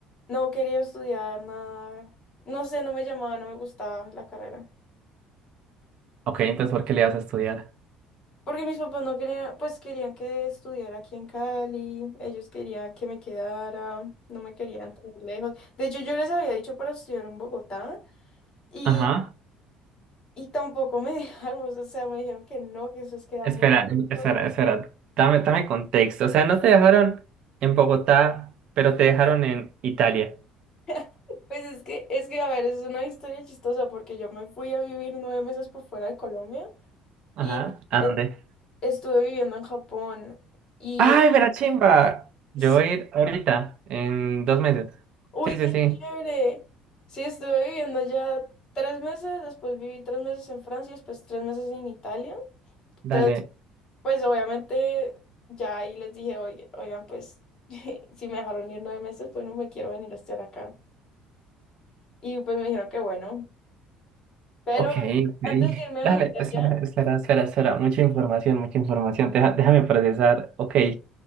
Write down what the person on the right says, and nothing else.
ok, entonces ¿por qué le vas a estudiar?
Ajá.
Espera,
espera, espera. Dame, dame contexto. O sea, no te dejaron en Bogotá, pero te dejaron en Italia.
Ajá.
¿A dónde?
¡Ay,
Verachimba! Yo
voy a ir ahorita, en dos meses.
Sí,
sí, sí.
Dale.
Ok, ok. <laughs>
Dale,
espera, espera, espera, espera. Mucha información, mucha información. Deja- déjame procesar. Ok.